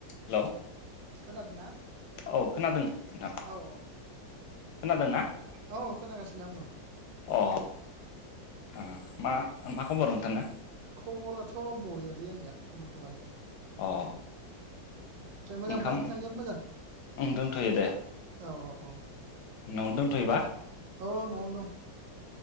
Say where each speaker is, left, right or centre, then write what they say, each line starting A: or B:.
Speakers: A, on the left; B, on the right.
A: Hello
B: खोनादों ना
A: औ खोनादों नोंथां
B: औ
A: खोनादों ना
B: औ औ <unintelligible>
A: अ उम मा मा खबर नोंथांना।
B: खबराथ बरियालै आंनिया बरथमान
A: अ
B: मोजांबा
A: ओंखाम
B: नोंथांनियाबो मोजां
A: दोनथयो दे
B: औ औ औ
A: नआवनो दोनथयोबा?
B: औ नआवनो दं।